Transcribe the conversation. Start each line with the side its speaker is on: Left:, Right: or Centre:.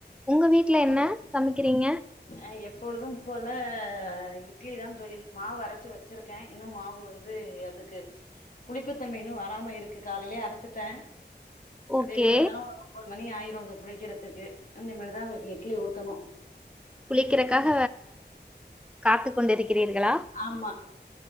Centre: உங்க வீட்டுல என்ன சமைக்கிறீங்க
Left: அ எப்பொழுதும் போல இட்லிதா தோழி மாவு அரைச்சு வச்சிருக் க்கே இன்னு மாவு வந்து அதுக்கு புளிப்புத்தன்மை இன்னு வராம இருக்கு காலையிலயே அரச்சிட்டே அது
Centre: ஓகே
Left: எப்டியு <unintelligible> மணி ஆயிரு அது புலிக்கிறதுக்கு இனிமேதா அவ்ங்கக்கு இட்லி ஊத்தணு
Centre: புளிக்கிறக்காக காத்து கொண்டிருக்கிறீர்களா
Left: ஆமா